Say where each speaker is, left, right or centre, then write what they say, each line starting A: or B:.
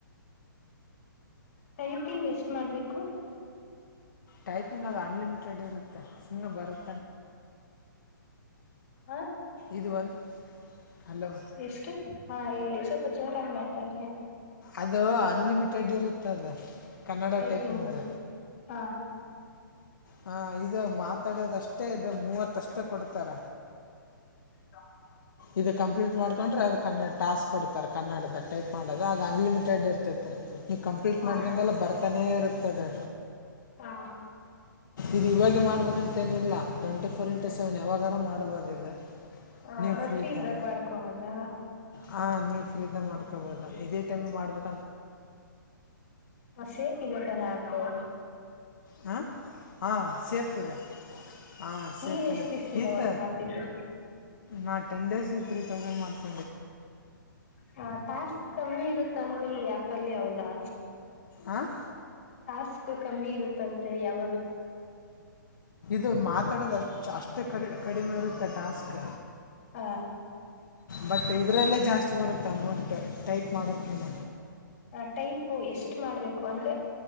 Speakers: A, on the left; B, on the left.
A: ಹ ತಿ ಎಷ್ಟ ಮಾಡ್ಬೇಕು
B: ಟೈಪಿಂಗ್ ಅದು ಅನ್ಲಿಮಿಟೆಡ್ ಇರುತ್ತೆ ಸುಮ್ಮನೆ ಬರುತ್ತೆ
A: ಹ
B: ಇದು ಒಂದು ಹಲೋ
A: ಎಷ್ಟು ಹಾ ಹೇಳಿ ಸ್ವಲ್ಪ ಜೋರಾಗಿ ಮಾಡ್ತಾ ಇದ್ರಿ
B: ಅದು ಅನ್ಲಿಮಿಟೆಡ್ ಇರುತ್ತದು ಕನ್ನಡ
A: ಟೈಪಿಂಗ್
B: ಟೈಪಿಂಗ್ದ
A: ಹಾ ಹಾ
B: ಹ ಇದು ಮಾತಾಡೋದಷ್ಟೇ ಇ ಮೂವತ್ತಷ್ಟೇ ಕೊಡ್ತಾರ
A: ಹ
B: ಇದದು ಕಂಪ್ಲೀಟ್ ಮಾಡ್ಕೊಂಡ್ರೆ ಅದ ಟಾಸ್ಕ್ ಕೊಡ್ತ ಈಥರ ಕನ್ನಡದ ಟೈಪ್ ಮಾಡೋದು ಅದು ಅನ್ಲಿಮಿಟೆಡ್ ಇರ್ತದೆ ಮ ನೀವು ಕಂಪ್ಲೀಟ್
A: ಹಾ
B: ಮಾಡಿದಂಗೆಲ್ಲ ಬರ್ತಾನೇ ಇರುತ್ತದೆ
A: ಹಾ
B: ಇದು ಇವಾಗೆ ಮಾಡ್ಬೇಕಂತ ಏನಿಲ್ಲ ಟ್ವೆಂಟಿ ಫೋರ್ ಇಂಟು ಸೆವೆನ್ ಯಾಗಾರ ಮಾಡಬಹದು ಅನ <inaudible>
A: ಹ
B: ನೀವ
A: ನಾ
B: ಫ್ರೀ ಇದ್ದಾಗ
A: ಮಾಡ್ಕೊಂಬಂದಾಗ
B: ಹ ನೀವ್ ಫ್ರೀ ಇದ್ದ ಮಾಡ್ಕ <unintelligible> ಬ ಇದೇ ಮಿ ಮಾಡ್ಬೇಕು
A: ಹ ಸಗೆೆ ತಲ್ಲ ಹೌ
B: ಹ ಹ ಸೇಫ್ ಇದೆ ಹ ಸೇಫ್
A: ನೀವ್ ಎಷ್ಟ್
B: ಇದೆ
A: ದಿವಸದಿಂದ
B: ಈತ
A: ವರ್ಕ್ ಮಾಡ್ತಿದ್ರಿ
B: ನಾ ಟೆನ್ ಡೇಸ್ ತೌಸ್ ಮಾಡ್ತ
A: ಹ ಾಸ್ ಕಮ್ಮಿ ಇರುತ್ತಂತೆ ಈ ಆ್ಯಪಲ್ಲಿ ಯಾವದಾ
B: ಹಾಂ
A: ಾಸ್ಕ್ು ಕಮ್ಮಿ ಇರುತ್ತಂತೆ ಯಾವ
B: ಇದು ಮಾತಾಡೋದುಷ್ಟ ಅಷ್ಟೇ ಕ ಕಡಿಮೆ ಇರುತ್ತೆ ಟಾಸ್ಕ್
A: ಹಾ
B: ಬಟ್ ಇದ್ರಲ್ಲೇ ಜಾಸ್ತಿ ಬರುತ್ತೆ ಅಮೌಂಟ್ ಟೈಪ್ ಮಾಡೋಕಿನ್ನ
A: ಹ ಟೈಪು ಎಷ್ಟ ಮಾಡ್ಬೇಕು ಅಂದ್ರೆ